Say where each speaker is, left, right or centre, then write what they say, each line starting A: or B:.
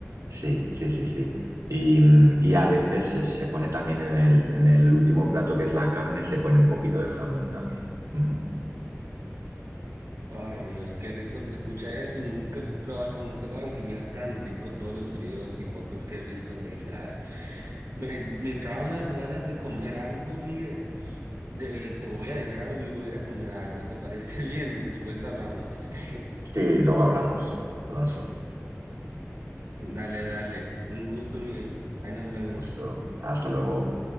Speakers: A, on the right (about 80°); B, on the right (about 65°).
A: Sí, sí, sí, sí. Y, mm, y a veces se, se pone también en el, en el último plato que es la carne, se pone un poquito de jamón también. Ujú.
B: Ay, Dios, qué rico se escucha eso y nunca he probado el jamón serrano y se mira tan rico todos los videos y fotos que he visto de él. Ay, me, me entraron unas ganas de comer algo, Miguel. De, te voy a dejar y voy a ir a comer algo. ¿Te parece <laughs> bien? Después hablamos. Sí.
A: Sí, luego hablamos, Alonso.
B: Dale, dale. Un gusto, Miguel. Ahí nos vemos.
A: Gusto. Hasta luego.